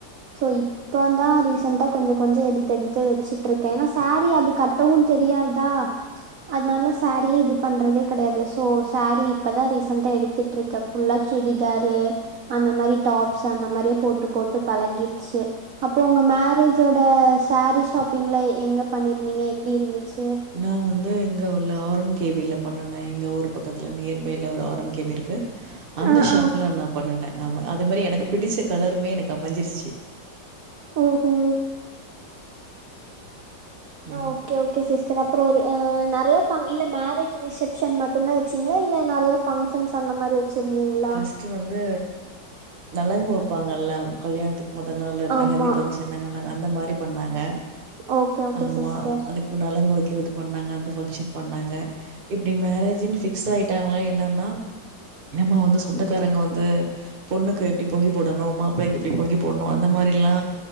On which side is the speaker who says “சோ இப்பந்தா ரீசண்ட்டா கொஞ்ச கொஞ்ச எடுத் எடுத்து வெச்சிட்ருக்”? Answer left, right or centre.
Right